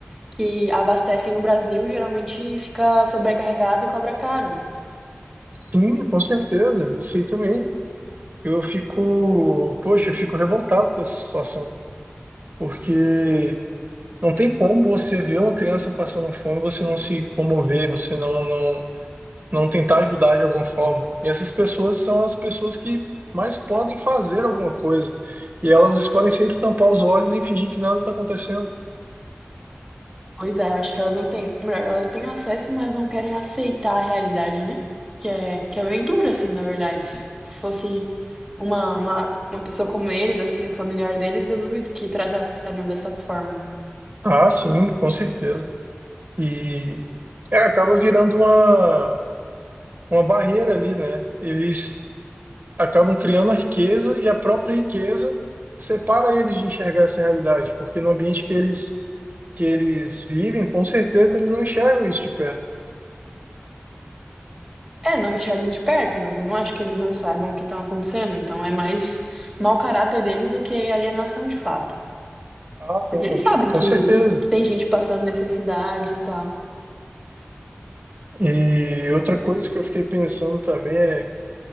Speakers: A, in the centre; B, on the right.
A: que abastecem o Brasil geralmente fica sobrecarregado e cobra caro. né?
B: Sim, com certeza, isso aí também. Eu fico, poxa, eu fico revoltado com essa situação, porque não tem como você ver uma criança passando fome, você não se comover, você não, não, não tentar ajudar de alguma forma. E essas pessoas são as pessoas que mais podem fazer alguma coisa. E elas podem sempre tampar os olhos e fingir que nada está acontecendo.
A: Pois é, eu acho que elas não têm. Melhor, elas têm acesso, mas não querem aceitar a realidade, né? Que é, que é bem dura, assim, na verdade. Se fosse uma, uma, uma pessoa como eles, assim, um familiar deles, eu duvido que tratariam dessa forma.
B: Ah, sim, com certeza. E é, acaba virando uma, uma barreira ali, né? Eles acabam criando a riqueza e a própria riqueza separa eles de enxergar essa realidade, porque no ambiente que eles, que eles vivem, com certeza eles não enxergam isso de perto.
A: É, não enxergam de perto, mas eu não acho que eles não saibam o que está acontecendo. Então é mais mau caráter deles do que alienação de fato.
B: Ah,
A: Porque
B: não,
A: eles sabem
B: com
A: que,
B: certeza.
A: que tem gente passando necessidade e tal.
B: E outra coisa que eu fiquei pensando também é